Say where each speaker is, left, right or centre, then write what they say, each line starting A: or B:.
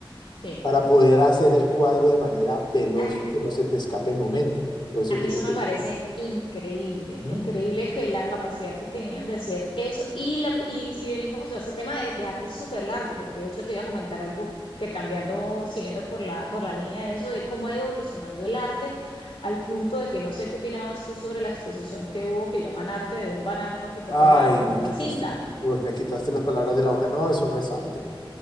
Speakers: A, on the left; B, on the left.
A: sí.
B: para poder hacer el cuadro de manera veloz
A: ¡Ay!
B: y que no se te escape el momento. Por eso
A: A
B: te
A: mí eso
B: digo que
A: me
B: es...
A: parece increíble,
B: ¿Mm?
A: increíble que la capacidad que tenían de hacer eso. Y, la, y si venimos a ese tema de, de arte es súper largo, porque de hecho te iba a comentar algo que cambiando, siguiendo por la, por la línea de eso, de cómo ha ido evolucionando el arte al punto de que no sé qué opinabas tú sobre la exposición que hubo que llaman arte de un banano que fue
B: Ay,
A: pegado con
B: me
A: una
B: quitaste,
A: cinta.
B: uy, me quitaste las palabras de la hoja. No, eso no es arte.